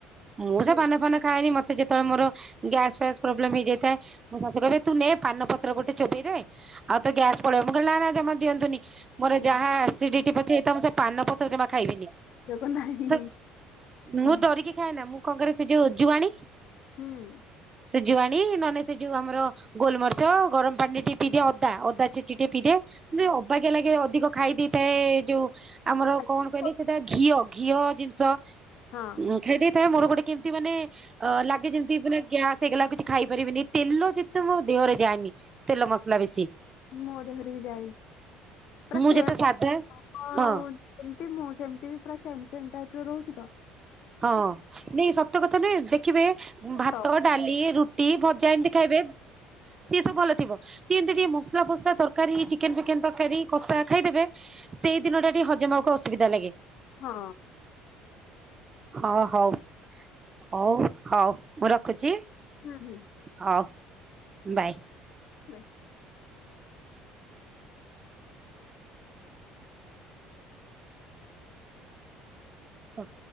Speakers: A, on the right (about 20°); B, on the left (about 60°).
A: ମୁଁ ସେ ପାନ ଫାନ ଖାଏନି ମତେ ଯେତେବେଳେ ମୋର ଗ୍ୟାସ୍ ଫ୍ୟାସ ପ୍ରୋବ୍ଲେମ ହେଇଯାଇଥାଏ ମୋ ଶାଶୁ କହିବେ ତୁ ନେ ପାନ ପତ୍ର ଗୋଟେ ଚୋବେଇ ଦେେ ଆଉ ତ ଗ୍ୟାସ୍ ପଳେଇବ ମୁଁ କହିଲି ନା ନା ଜମା ଦିଅନ୍ତୁନି। ମୋର
B: ହୁଁ
A: ଯାହା ଆସିଡିଟି ପଛେଇଇ ତା ମୁଁ ସେ ପାନ ପତ୍ର ଜମା ଖାଇବିନି।
B: ଆବଶ୍ୟକ ନାହିଁ
A: ତ
B: ହୁଁ
A: ମୁଁ ଡରିକି ଖାଏନା ମୁଁ କଣ କରେ ସେ ଯୋଉ ଜୁଆଣୀ
B: ହୁଁ।
A: ଜୁଆଣି ନହେଲେ ସେ ଯୋଉ ଆମର ଗୋଲମରିଚ ଗରମ ପାଣିରେ ପି ଦିଏ ଅଦା ଅଦା ଛିଚିକି ଟିକେ ପି ଦିଏ ଅବାଗିଆ ଲାଗେ ଅଧିକ ଖାଇ ଦେଇିଥାଏ ଯୋଉ ଆମର
B: ହୁଁ।
A: କଣ କହିଲେ ସେଇଟା ଘିଅ ଘିଅ ଜିନିଷ
B: ହଁ
A: ଉ ଖାଇ ଦେଇଥାଏ ମୋର ଗୋଟେ କେମିତି ମାନେ ଅ ଲାଗେ ଯେମିତି ମାନେ ଗ୍ୟାସ ହେଇଗଲା କିଛି ଖାଇପାରିବିନି ତେଲ ଯେତେ ମୋ ଦେହରେ ଯାଏନି ତେଲ ମସଲା ବେଶି।
B: ମୋ ଦେହରେ ବି ଯାଏନି। ପୁରା
A: ମୁଁ
B: ସେ
A: ଯେତେ ସାଧା
B: ସେମତି
A: ହଁ
B: ମୁଁ ସେମତି ପୁରା ସେମ୍ ସେମ୍ ଟାଇପ ର ରହୁଛି ତ।
A: ହଁ ନାଇଁ ସତ୍ୟ କଥା ନୁହେଁ ଦେଖିବେ ଭାତ
B: ତ
A: ଡାଲି ରୁଟି ଭଜା ଏମିତି ଖାଇବେ। ସିଏ ସବୁ ଭଲ ଥିବ ସେିମିତି ଟିକେ ମସଲା ଫସଲା ତରକାରୀ ଚିକେନ ଫିକେନ ତରକାରୀ କଷା ଖାଇଦେବେ ସେଇ ଦିନ ଟା ଟିକେ ହଜମ ହେବାକୁ ଅସୁବିଧା ଲାଗେ।
B: ହଁ।
A: ହଁ ହଉ ହଉ ହଉ ମୁଁ ରଖୁଛି।
B: ହୁଁ ହୁଁ।
A: ହଉ ବାଏ।
B: ବାଏ।
A: କଟ